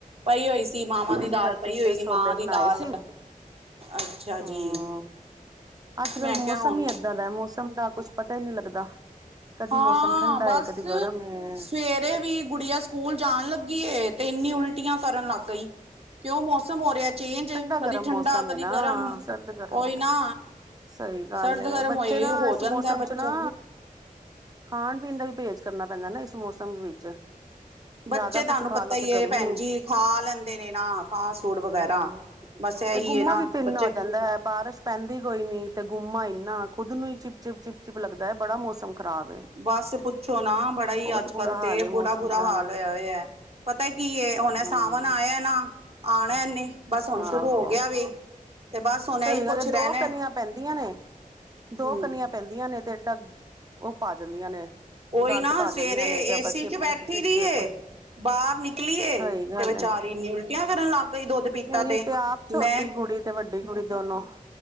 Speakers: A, on the right; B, on the right.
A: ਪਈ ਹੋਈ ਸੀ, ਮਾਵਾਂ ਦੀ
B: ਅਸੀਂ
A: ਦਾਲ
B: ਤਾਂ ਚਿੱਟੇ
A: ਪਈ ਹੋਈ ਸੀ,
B: ਛੋਲੇ
A: ਮਾਂ ਦੀ
B: ਬਣਾਏ
A: ਦਾਲ।
B: ਸੀ
A: ਅੱਛਾ
B: ਹੂੰ।
A: ਜੀ।
B: ਅੱਜ ਕੱਲ੍ਹ
A: ਮੈਂ
B: ਮੌਸਮ
A: ਕਿਹਾ ਹੁਣ
B: ਹੀ ਇੱਦਾਂ ਦਾ ਹੈ, ਮੌਸਮ ਦਾ ਕੁਛ ਪਤਾ ਈ ਨਹੀਂ ਲੱਗਦਾ। ਕਦੀ
A: ਹਾਂ,
B: ਮੌਸਮ ਠੰਡਾ
A: ਬਸ
B: ਏ ਕਦੀ ਗਰਮ ਏ।
A: ਸਵੇਰੇ ਵੀ ਗੁੜੀਆ ਸੁ ਸਕੂਲ ਜਾਣ ਲੱਗੀ ਏ ਤੇ ਇੰਨੀ ਉਲਟੀਆਂ ਕਰਨ ਲੱਗ ਗਈ ਕਿਉਂ ਮੌਸਮ ਹੋ ਰਿਹਾ ਚੇਂਜ
B: ਠੰਡਾ
A: ਕਦੀ
B: ਗਰਮ
A: ਠੰਡਾ
B: ਮੌਸਮ
A: ਕਦੀ
B: ਏ ਨਾ
A: ਗਰਮ
B: ਸਰਦ ਗਰਮ
A: ਓਈ ਨਾ
B: ਏ। ਸਹੀ ਗੱਲ
A: ਸਰਦ ਗਰਮ
B: ਬੱਚੇ
A: ਹੋਏ
B: ਨਾ
A: ਹੋ
B: ਇਸ
A: ਜਾਂਦਾ
B: ਮੌਸਮ
A: ਬੱਚਾ
B: ਚ ਨਾ ਖਾਣ ਪੀਣ ਦਾ ਵੀ ਪਰਹੇਜ਼ ਕਰਨਾ ਪੈਂਦਾ ਨਾ ਇਸ ਮੌਸਮ ਵਿੱਚ
A: ਬੱਚੇ
B: ਜ਼ਿਆਦਾ
A: ਤੁਹਾਨੂੰ
B: ਕੁਛ ਖਾ
A: ਪਤਾ
B: ਲੋ
A: ਹੀਈ
B: ਤੇ
A: ਹੈ
B: ਗਰਮੀ
A: ਭੈਣ ਜੀ ਖਾ ਲੈਂਦੇ ਨੇ ਨਾ ਫਾਸਟ ਫੂਡ ਵਗੈਰਾ
B: ਹਮ
A: ਬਸ ਇਹੀ
B: ਤੇ ਗੁੰਮਾ
A: ਹੈ ਨਾ
B: ਵੀ ਤਿੰਨ
A: ਬੱਚੇ
B: ਆ ਜਾਂਦਾ ਹੈ ਬਾਰਿਸ਼ ਪੈਂਦੀ ਕੋਈ ਨੀ ਤੇ ਗੁੰਮਾ ਇੰਨਾ ਖੁਦ ਨੂੰ ਹੀ ਚਿਪ ਚਿਪ ਚਿਪ ਚਿਪ ਲੱਗਦਾ ਹੈ ਬੜਾ ਮੌਸਮ ਖ਼ਰਾਬ ਹੈ।
A: ਬਸ ਪੁੱਛੋ ਨਾ ਬੜਾ ਹੀ
B: ਬਹੁਤ
A: ਅੱਜ
B: ਬੁਰਾ
A: ਕੱਲ
B: ਹਾਲ
A: ਤੇ
B: ਹੈ ਮੌਸਮ
A: ਬੁਰਾ ਬੁਰਾ
B: ਦਾ
A: ਹਾਲ ਹੋਇਆ ਹੋਇਆ ਹੈ ਪਤਾ ਕੀ ਹੁਣ
B: ਹਮ
A: ਸਾਵਣ ਆਇਆ ਨਾ ਆਉਣਾ ਇਹਨੇ ਬਸ ਹੁਣ
B: ਆਹੋ
A: ਸ਼ੁਰੂ ਹੋ ਗਿਆ ਵੇ ਤੇ ਬਸ ਹੁਣ
B: ਸਹੀ
A: ਇਹੀ ਕੁਛ
B: ਗੱਲ ਹੈ ਦੋ
A: ਰਹਿਣਾ
B: ਕਨੀਆਂ ਪੈਂਦੀਆਂ ਨੇ ਦੋ
A: ਹਮ
B: ਕਨੀਆਂ ਪੈਂਦੀਆਂ ਨੇ ਤੇ ਡਾ ਉਹ ਪਾ ਜਾਂਦੀਆਂ ਨੇ
A: ਉਹੀ
B: ਗੰਦ
A: ਨਾ
B: ਪਾ ਜਾਂਦੀਆਂ
A: ਸਵੇਰੇ
B: ਨੇ ਜਾਂ
A: ਏਸੀ
B: ਬੱਚੇ
A: ਚ ਬੈਠੀ
B: ਚਿਪ ਚਿਪ
A: ਰਹੀ
B: ਚਿਪ
A: ਬਾਹਰ ਨਿਕਲੀਏ
B: ਸਹੀ ਗੱਲ
A: ਤੇ ਵਿਚਾਰੀੰ
B: ਹੈ
A: ਨ ਉਲਟੀਆਂ ਕਰਨ ਲੱਗ ਗਈ ਦੁੱਧ ਪੀਤਾ
B: ਮੇਰੀ
A: ਤੇ
B: ਆਪ ਛੋਟੀ
A: ਮੈਂ
B: ਕੁੜੀ ਤੇ ਵੱਡੀ ਕੁੜੀ ਦੋਨੋ